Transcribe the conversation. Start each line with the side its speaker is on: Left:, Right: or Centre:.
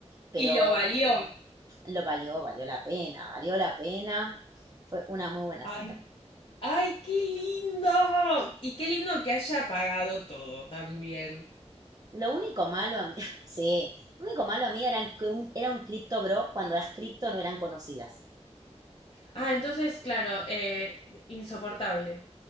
Right: pero
Left: Y lo valió.
Right: lo valió, valió la pena, valió la pena. Fue una muy buena
Left: Ay,
Right: cita.
Left: ay, qué lindo. Y qué lindo que haya pagado todo también.
Right: Lo único malo a mí, <laughs> sí, lo único malo a mí era que un, era un cripto bro cuando las cripto no eran conocidas.
Left: Ah, entonces, claro, eh, insoportable.